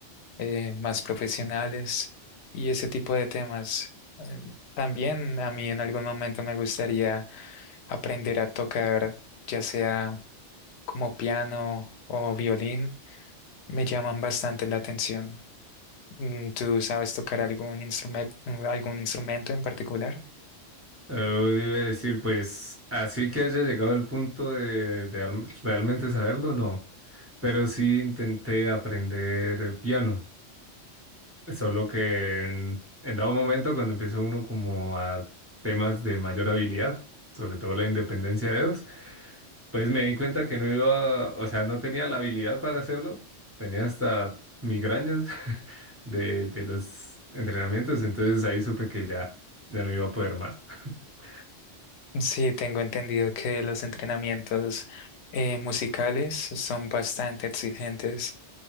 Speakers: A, on the left; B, on the right.
A: eh, más profesionales y ese tipo de temas. Eh, También a mí en algún momento me gustaría aprender a tocar, ya sea como piano o violín, me llaman bastante la atención. Mm, ¿Tú sabes tocar algún instrumento, algún instrumento en particular?
B: Eh, iba a decir, pues, así que haya llegado el punto de, de al- realmente saberlo, no. pero sí intenté aprender el piano, solo que en, en dado momento cuando empieza uno como a temas de mayor habilidad, sobre todo la independencia de dedos, pues me di cuenta que no iba, o sea, no tenía la habilidad para hacerlo, tenía hasta migrañas <laughs> de, de los entrenamientos, entonces ahí supe que ya, ya no iba a poder más. <laughs>
A: Sí, tengo entendido que los entrenamientos eh, musicales son bastante exigentes.